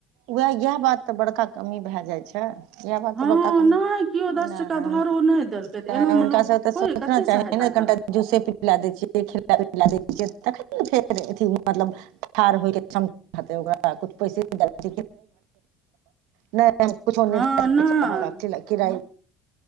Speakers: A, on the right (about 85°); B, on the right (about 35°).
A: उएह इएह बात तऽ बड़का कमी भाए जाय छै इएह बात
B: हँ
A: तऽ बड़का कमी
B: नहि केओ दस
A: नहि
B: टका भाड़ो
A: हुनका
B: नहि देलकै तऽ
A: नहि
B: एनामे
A: हुनका
B: लोक
A: से तऽ
B: थोड़े
A: सोचना
B: कते
A: चाही
B: सहायता
A: ने कनिटा
B: करत
A: जूसे पि खिला दै छियै खिला पिलाए दै छियै तखन नऽ फेर अथी मतलब ढार होइके क्षमता हतै ओकरा कुछ पैसे दऽ नहि हम कुछो नहि
B: हँ
A: देय सकै
B: नहि
A: छी अहाँ लंग कि किराय